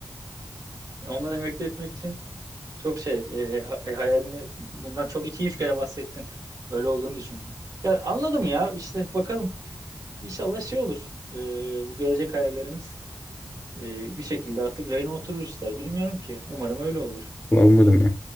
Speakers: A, on the right; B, on the left.
A: Onları emekli etmek için Çok şey e, ha- e, hayalini bundan çok iki üç kere bahsettin. Öyle olduğunu düşündüm. Yani anladım ya işte bakalım inşallah şey olur. E, bu gelecek hayallerimiz e, bir şekilde artık rayına oturur ister. Bilmiyorum ki. Umarım öyle olur.
B: Ulan umarım ya.